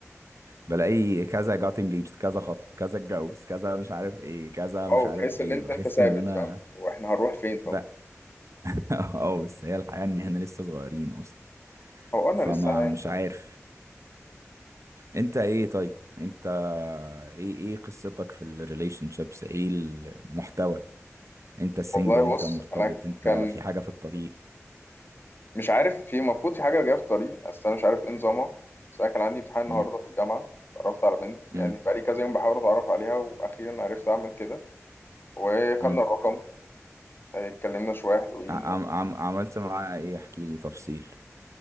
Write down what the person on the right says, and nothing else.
بلاقي كذا جات انجيجد كذا خطب كذا اتجوز كذا مش عارف ايه كذا مش
عارف ايه
بحس
ان انا
بقى <laughs> اه بس هي الحقيقة ان احنا لسه صغيرين اصلا
فما
مش عارف انت ايه طيب انت ايه ايه قصتك في الريليشن شيبس ايه المحتوى انت السنجل
انت
مرتبط
انت
في حاجة في الطريق
امم
امم
امم
عم عم عملت معاها ايه احكي لي تفصيل